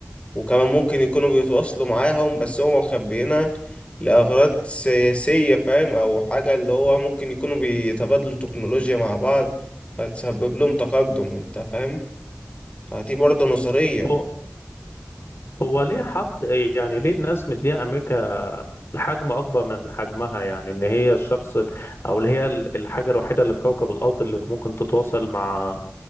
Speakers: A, on the left (about 25°); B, on the left (about 55°).
A: وكمان ممكن يكونوا بيتواصلوا معاهم بس هم مخبيينها لأغراض سياسية فاهم او حاجة اللي هو ممكن يكونوا بيتبادلوا تكنولوجيا مع بعض فتسبب لهم تقدم انت فاهم فدي برضه نظرية
B: هو هو ليه حط يعني ليه الناس مدية أمريكا حجم أكبر من حجمها يعني إن هي الشخص أو اللي هي الحاجة الوحيدة اللي في كوكب الأرض اللي ممكن تتواصل مع